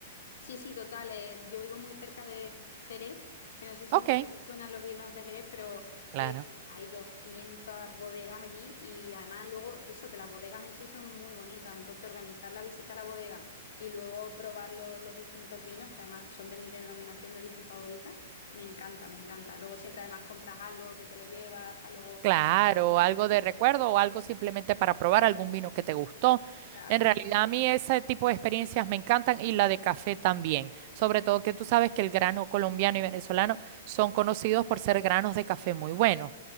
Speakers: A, on the left (about 75°); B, on the right (about 45°).
A: Sí, sí, total. eh, yo vivo muy cerca de Jerez, que no sé si
B: Ok,
A: te suenan los vinos de Jerez, pero
B: claro.
A: eh, hay 200 bodegas allí y además luego eso, que las bodegas en sí son muy bonitas. Entonces organizar la visita a la bodega y luego probar lo- los distintos vinos, que además son de mi denominación de origen favorita, me encanta, me encanta. Luego siempre además compras algo que te lo llevas para luego...
B: Claro, algo de recuerdo o algo simplemente para probar algún vino que te gustó.
A: Claro.
B: En realidad a mí ese tipo de experiencias me encantan y la de café también. Sobre todo que tú sabes que el grano colombiano y venezolano son conocidos por ser granos de café muy buenos.